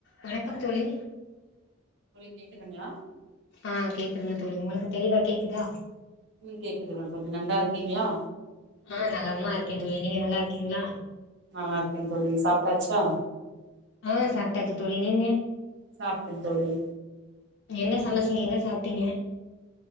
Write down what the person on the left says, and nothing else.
வணக்கம் தோழி
ஆ கேக்குதுங்க தோழி உங்களுக்கு தெளிவா கேக்குதா
ஆ நலமா இருக்க தோழி நீங்க நல்லா இருக்கீங்ளா
ஆ சாப்ட்டாச்சு தோழி நீங்க
என்ன சமச்சிங்க என்ன சாப்ட்டீங்க